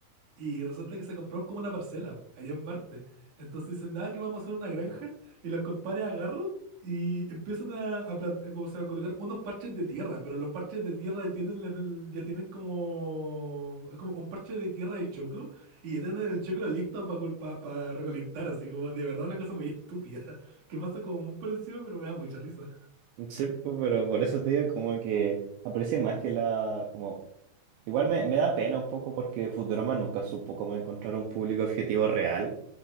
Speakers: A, on the right; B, on the right.
A: Y resulta que se compraron como una parcela allá en Marte. Entonces dicen, ah, que vamos a hacer una granja. Y los compadres agarran y empiezan a, a plantar, como se va a colocar, unos parches de tierra. Pero los parches de tierra tienen, la- ya tienen como, como un parche de tierra de choclo. Y ya tienen el choclo listo para recolectar. Así como de verdad una cosa muy estúpida. <laughs> Que pasa como muy por encima, pero me da mucha risa.
B: Sí, pu- pero por eso te digo como que aprecio más que la, como, igual me, me da pena un poco porque Futurama nunca supo cómo encontrar un público objetivo real.